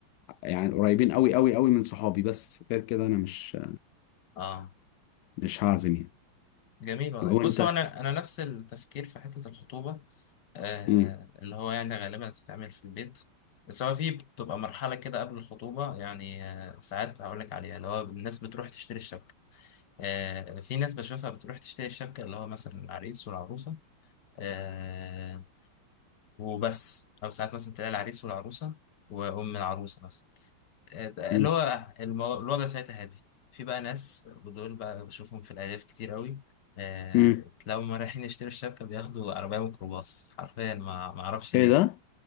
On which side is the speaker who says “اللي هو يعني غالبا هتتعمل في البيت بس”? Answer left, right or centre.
Left